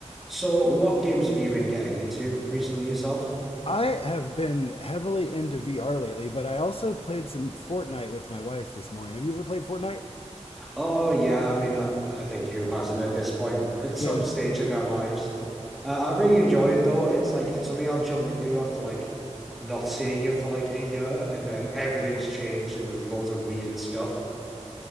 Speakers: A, in the centre; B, on the left (about 55°).
A: So, what games have you been getting into recently yourself?
B: I have been heavily into VR lately, but I also played some Fortnite with my wife this morning. Have you ever played Fortnite?
A: Oh, yeah. I mean, I, I think who hasn't at this point at some
B: Yeah.
A: stage in their lives? Uh, I really enjoy it though. It's like it's something I'll jump into after like not seeing it for like a year, and then everything's changed and there's loads of weird stuff.